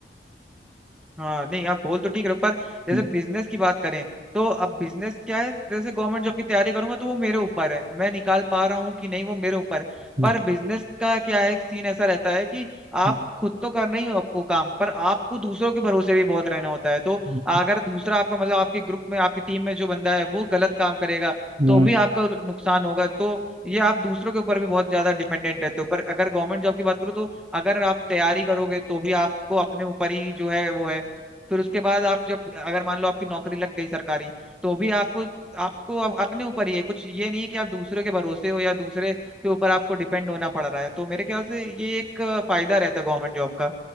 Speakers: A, in the centre; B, on the right.
A: हाँ नहीं आप बोल तो ठीक रहे हो, पर जैसे
B: हम्म,
A: बिजनेस की बात करें तो अब बिजनेस क्या है जैसे गवर्नमेंट जॉब की तैयारी करूंगा तो वो मेरे ऊपर है मैं निकाल पा रहा हूँ कि नहीं वो मेरे ऊपर है
B: हम्म,
A: पर बिजनेस का क्या है एक सीन ऐसा रहता है कि आप
B: हम्म,
A: खुद तो करना ही हो आपको काम पर आपको दूसरों के भरोसे भी बहुत रहना होता है तो
B: हम्म,
A: अगर दूसरा आपका मतलब आपके ग्रुप में आपकी टीम में जो बंदा है वो गलत काम करेगा
B: हम्म,
A: तो भी आपका नुकसान होगा तो ये आप दूसरों के ऊपर भी बहुत ज्यादा डिपेंडेंट रहते हो पर अगर गवर्नमेंट जॉब की बात करूँ तो अगर आप तैयारी करोगे तो भी आपको अपने ऊपर ही जो है वो है फिर उसके बाद आप जब अगर मान लो आपकी नौकरी लग गई सरकारी तो भी आपको आपको अप- अपने ऊपर ही है कुछ ये नहीं है कि आप दूसरों के भरोसे हो या दूसरे के ऊपर आपको डिपेंड होना पड़ रहा है तो मेरे ख्याल से ये एक अ, फायदा रहता है गवर्नमेंट जॉब का